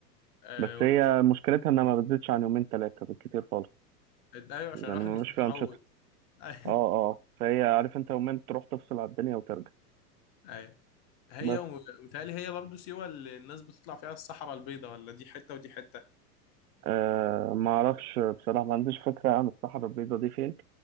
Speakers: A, on the left; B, on the right.
A: آه
B: بس هي
A: و...
B: مشكلتها إنها ما بتزيدش عن يومين تلاتة بالكتير خالص
A: ايوه عشان
B: يعني
A: الواحد
B: ما
A: مش
B: بيبقاش
A: متعود
B: فيها أنشطة
A: <laughs> ايوه
B: اه اه فهي عارف انت يومين تروح تفصل على الدنيا وترجع
A: أيوة. هي
B: بس
A: ومتهيألي هي برضه سيوه اللي الناس بتطلع فيها الصحراء البيضاء ولا دي حته ودي حته
B: آه ما اعرفش بصراحه ما عنديش فكره عن الصحراء البيضاء دي فين